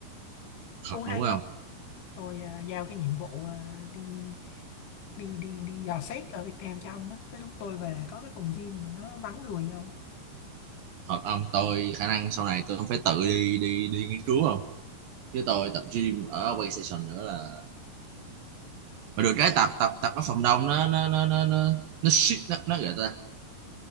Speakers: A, on the left (about 60°); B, on the right (about 70°).
A: không
B: thật
A: hay
B: đúng không?
A: không? Tôi à, giao cái nhiệm vụ à, đi đi đi đi dò xét ở Việt Nam cho ông đó. Tới lúc tôi về có cái phòng gym mà nó vắng người nhau,
B: Thật ông, tôi khả năng sau này tôi không phải tự đi đi đi nghiên cứu không? Chứ tôi tập gym ở PlayStation nữa là... Mà được cái tập tập tập ở phòng đông nó nó nó nó nó nó shit nó nó gọi ta